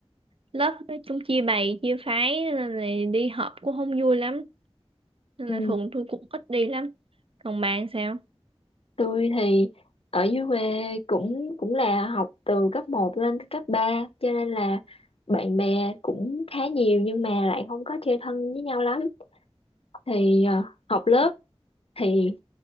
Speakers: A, on the right (about 60°); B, on the left (about 65°).
A: lớp nói chung chia bầy chia phái nên là đi họp cũng không vui lắm nên
B: Ừ.
A: là thường tôi cũng ít đi lắm còn bạn sao
B: Tôi thì ở dưới quê cũng cũng là học từ cấp một lên tới cấp ba cho nên là bạn bè cũng khá nhiều nhưng mà lại không có chơi thân với nhau lắm. Thì ờ, học lớp thì